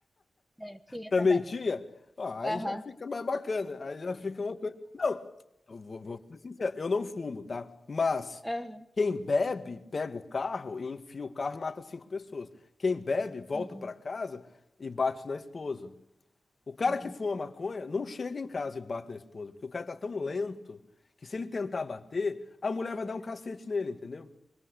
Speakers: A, in the centre; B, on the left.
A: É, tinha
B: Também
A: também.
B: tinha? Ó, aí
A: Aham.
B: já fica mais bacana. Aí já fica uma coisa. Não, eu vou, vou ser sincero, eu não fumo, tá? Mas
A: Aham.
B: quem bebe, pega o carro e enfia o carro e mata cinco pessoas. Quem bebe, volta
A: Uhum,
B: pra casa e bate na esposa. O cara
A: sim.
B: que fuma maconha não chega em casa e bate na esposa, porque o cara tá tão lento que se ele tentar bater, a mulher vai dar um cacete nele, entendeu?